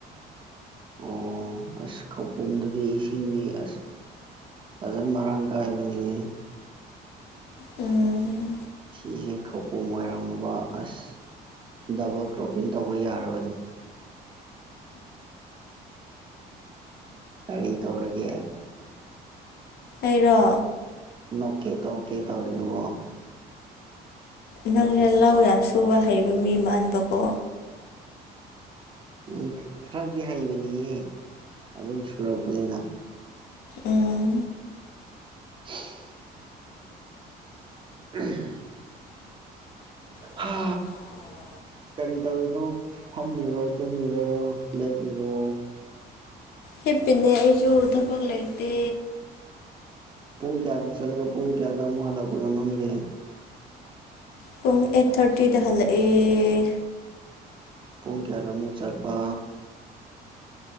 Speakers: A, on the right (about 30°); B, on the left (about 70°).
A: ꯑꯣ ꯑꯁ ꯈꯧꯄꯨꯝꯗꯗꯤ ꯏꯁꯤꯡꯗꯤ ꯑꯁ ꯐꯖꯅ ꯃꯔꯥꯡ ꯀꯥꯏꯕꯅꯤꯅꯦ꯫
B: ꯎꯝ꯫
A: ꯁꯤꯁꯦ ꯈꯧꯄꯨꯝ ꯑꯣꯏꯔꯝꯃꯕ ꯑꯁ ꯗꯕꯜ ꯀ꯭ꯔꯣꯞꯄꯤꯡ ꯇꯧꯕ ꯌꯥꯔꯕꯅꯤ꯫ ꯀꯔꯤ ꯇꯧꯔꯒꯦ
B: ꯑꯩꯔꯣ
A: ꯅꯣꯛꯀꯦ ꯗꯣꯀꯦ ꯇꯧꯔꯤꯗꯨꯕꯣ
B: ꯅꯪꯖꯦ ꯂꯧ ꯌꯥꯝ ꯁꯨꯕ ꯍꯩꯕ ꯃꯤ ꯃꯥꯟꯕꯀꯣ
A: ꯑꯩ ꯈꯔꯗꯤ ꯍꯩꯕꯅꯤꯍꯦ ꯑꯗꯨꯝ ꯁꯨꯔꯛꯄꯅꯤꯅ
B: ꯑꯥ
A: <inaudible> <unintelligible>
B: <inaudible>
A: ꯍꯥ ꯀꯔꯤ ꯇꯧꯔꯤꯅꯣ ꯐꯝꯃꯤꯔꯣ ꯇꯨꯝꯃꯤꯔꯣ ꯂꯦꯞꯄꯤꯔꯣ
B: ꯍꯤꯞꯄꯤꯅꯦ ꯑꯩꯁꯨ ꯊꯕꯛ ꯂꯩꯇꯦ
A: ꯄꯨꯡ ꯀꯌꯥꯗ ꯆꯠꯂꯒ ꯄꯨꯡ ꯀꯌꯥꯗ ꯑꯃꯨꯛ ꯍꯜꯂꯛꯄꯅꯣ ꯅꯪꯗꯤ
B: ꯄꯨꯡ ꯑꯩꯠ ꯊꯥꯔꯇꯤꯗ ꯍꯜꯂꯛꯑꯦ
A: ꯄꯨꯡ ꯀꯌꯥꯗ ꯑꯃꯨꯛ ꯆꯠꯄ